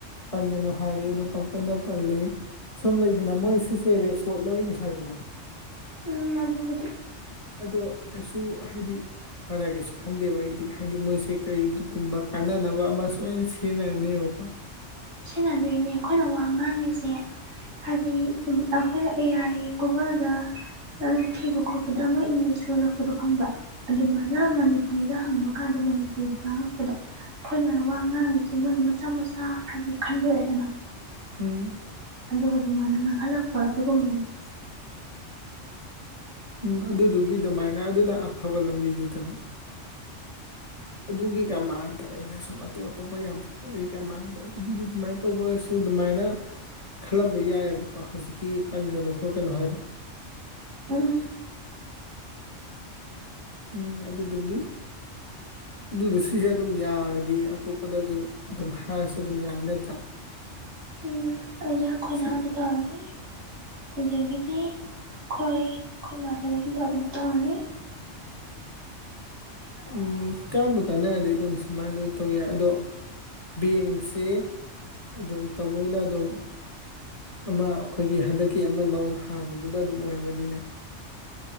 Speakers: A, on the left; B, on the right.
A: ꯄꯟꯒꯅꯨ ꯍꯥꯏꯔꯦ ꯗꯣ ꯄꯪꯄꯅ ꯄꯜꯂꯤ ꯁꯨꯝ ꯂꯩꯗꯅ ꯃꯣꯏ ꯁꯤꯁꯦ ꯔꯦꯀꯣꯔꯠ ꯂꯧꯏꯅ ꯍꯥꯏꯗꯅ
B: ꯎꯝ ꯃꯗꯨꯒꯗꯤ
A: ꯑꯗꯣ ꯀꯩꯁꯨ ꯍꯥꯏꯗꯤ ꯐꯔ ꯀꯩꯁꯨ ꯈꯟꯗꯦꯕ ꯑꯩꯗꯤ ꯍꯥꯏꯗꯤ ꯃꯣꯏꯁꯦ ꯀꯔꯤꯒꯨꯝꯕ ꯀꯥꯟꯅꯅꯕ ꯑꯃ ꯁꯣꯏ ꯁꯤꯖꯤꯟꯅꯔꯝꯅꯦꯕꯀꯣ
B: ꯁꯤꯟꯅꯗꯣꯏꯅꯦ ꯑꯩꯈꯣꯏꯅ ꯋꯥ ꯉꯥꯡꯉꯤꯁꯦ ꯍꯥꯏꯗꯤ ꯎ ꯑꯩꯈꯣꯏꯅ ꯑꯦ ꯑꯥꯏ ꯒꯨꯒꯜꯗ ꯑ ꯊꯤꯕ ꯈꯣꯠꯄꯗ ꯃꯣꯏ ꯏꯪꯂꯤꯁ ꯂꯣꯜꯂꯛꯄꯗꯣ ꯈꯪꯕ꯭ꯔꯥ ꯑꯗꯨꯃꯥꯏꯅ ꯃꯅꯤꯄꯨꯔꯤꯗ ꯍꯪꯕ ꯀꯥꯟꯗ ꯃꯅꯤꯄꯨꯔꯤ ꯉꯥꯡꯉꯛꯄꯗꯣ ꯑꯩꯈꯣꯏꯅ ꯋꯥ ꯉꯥꯡꯉꯤꯁꯦ ꯃꯣꯏꯅ ꯃꯆꯥ ꯃꯆꯥ ꯍꯥꯏꯗꯤ ꯈꯟꯗꯣꯛꯑꯦꯗꯅ
A: ꯎꯝ
B: ꯑꯗꯨꯒ ꯑꯗꯨꯃꯥꯏꯅ ꯉꯥꯡꯍꯜꯂꯛꯄ ꯑꯗꯨꯒꯨꯝ
A: <inaudible> ꯎꯝ ꯑꯗꯨꯗꯨꯒꯤ ꯑꯗꯨꯃꯥꯏꯅ ꯑꯗꯨꯅ ꯑꯐꯕ ꯂꯝꯕꯤꯅꯤꯗꯅ ꯑꯗꯨꯗꯨꯒꯤꯀꯥ ꯃꯥꯟꯗꯕ ꯑꯩꯅ ꯁꯨꯝ ꯑꯇꯣ ꯑꯇꯣꯞꯄ ꯌꯥꯝ <unintelligible> ꯀ ꯃꯥꯟꯕ ꯑꯗꯨꯒꯤꯗꯨꯃꯥꯏ ꯇꯧꯕ ꯑꯣꯏꯔꯁꯨ ꯑꯗꯨꯃꯥꯏꯅ ꯈꯜꯂꯝꯕ ꯌꯥꯏꯌꯦꯕꯀꯣ ꯍꯧꯖꯤꯛ ꯀ ꯄꯟꯒꯅꯨ ꯈꯣꯠꯀꯅꯨ ꯍꯥꯏꯗꯣ
B: ꯎꯝ
A: ꯎꯝ ꯑꯗꯨꯗꯨꯒꯤ ꯑꯗꯨ ꯁꯤꯁꯦ ꯑꯗꯨꯝ ꯌꯥꯔꯗꯤ ꯑꯇꯣꯞꯄꯗ ꯑꯗꯨ ꯑꯗꯨꯝ ꯍꯥꯏꯔꯁꯨ ꯑꯗꯨꯝ ꯌꯥꯅꯤ ꯅꯠꯇ꯭ꯔꯥ
B: ꯎꯝ ꯑꯩꯅ ꯈꯣꯏꯅꯥꯎꯗ
A: ꯁꯤ
B: ꯇꯧꯔꯅꯤ ꯑꯗꯒꯤꯗꯤ ꯑꯩꯈꯣꯏ ꯑꯩꯈꯣꯏ ꯃꯥꯗꯔꯒꯤꯗ ꯑꯃꯨꯛ ꯇꯧꯔꯅꯤ
A: ꯎꯝ ꯀꯥꯟꯕꯨ ꯀꯥꯟꯅꯔꯗꯤ ꯑꯗꯨꯝ ꯁꯨꯃꯥꯏꯅ ꯂꯣꯏꯅ ꯇꯧ ꯌꯥꯏ ꯑꯗꯣ ꯕꯦꯡꯁꯦ ꯑꯗꯨꯝ ꯇꯃꯣꯏꯅ ꯑꯗꯨꯝ ꯑꯃ ꯑꯩꯈꯣꯏꯒꯤ ꯍꯟꯗꯛꯀꯤ ꯑꯃ ꯅꯧꯅ ꯍꯥꯡꯕꯗꯨꯗ ꯑꯗꯨꯝ ꯑꯣꯏꯔꯝꯃꯅꯤꯅꯦ